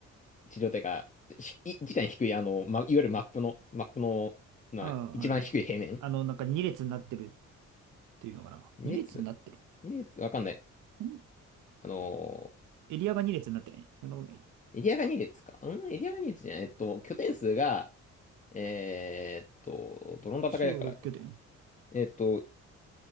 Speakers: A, on the left (about 25°); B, on the right (about 85°).
A: 地上っていうか、ひい地点低い、あの、ま、いわゆるマップの、マップの、まあ、
B: ああ、
A: 一番低い平面
B: あるある。あの、なんか2列になってるっていうのかな。
A: 二列
B: 2列になってる。
A: 二列わかんない。
B: に
A: あの、
B: エリアが2列になってない。そんなことない。
A: エリアが2列かうんエリアが2列じゃない。えっと、拠点数が、えーっと、どの戦いだから。
B: 中央6拠点。
A: えーっと、